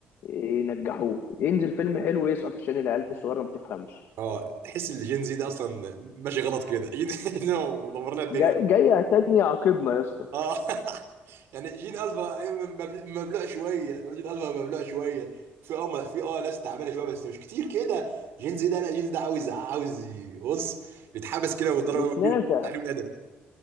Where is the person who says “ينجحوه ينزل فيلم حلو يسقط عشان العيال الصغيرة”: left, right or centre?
Left